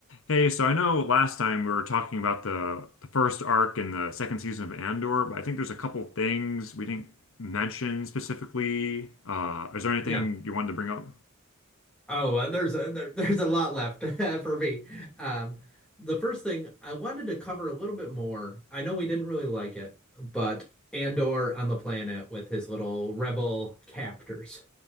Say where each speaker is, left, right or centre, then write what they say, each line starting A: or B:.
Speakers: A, on the left; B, in the centre.
A: Hey, so I know last time we were talking about the the first arc in the second season of Andor, but I think there's a couple things we didn't mention specifically. Uh, is there anything
B: Yeah.
A: you wanted to bring up?
B: Oh, uh, there's a there, <laughs> there's a lot left <laughs> for me. Um, the first thing I wanted to cover a little bit more. I know we didn't really like it, but Andor on the planet with his little rebel captors.